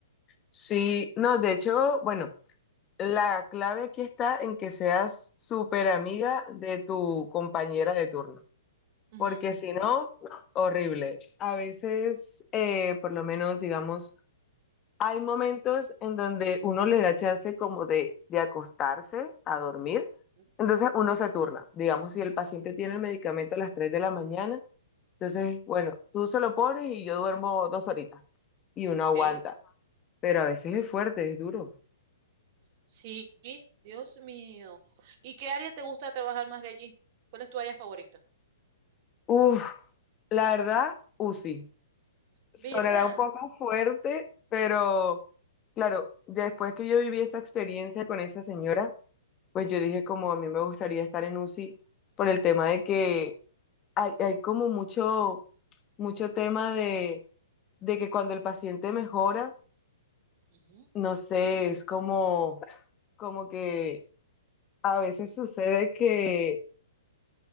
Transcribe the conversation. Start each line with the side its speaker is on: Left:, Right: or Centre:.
Left: Sí, no, de hecho, bueno, la clave aquí está en que seas súper amiga de tu compañera de turno.
Right: Ujú.
Left: porque si no, no, horrible. A veces, eh, por lo menos, digamos, hay momentos en donde uno le da chance como de, de acostarse a dormir,
Right: Ujú.
Left: entonces uno se turna. Digamos, si el paciente tiene el medicamento a las 3 de la mañana, entonces, bueno, tú se lo pones y yo duermo dos horitas y uno
Right: Ok,
Left: aguanta, pero a veces es fuerte, es duro.
Right: sí, Dios mío. ¿Y qué área te gusta trabajar más de allí? ¿Cuál es tu área favorita?
Left: Uf, la verdad, u UCI. Sonará
Right: ¿Verdad?
Left: un poco fuerte, pero claro, ya después que yo viví esa experiencia con esa señora, pues yo dije como a mí me gustaría estar en UCI por el tema de que hay, hay como mucho, mucho tema de, de que cuando el paciente mejora,
Right: Ujú.
Left: no sé, es como, como que a veces sucede que,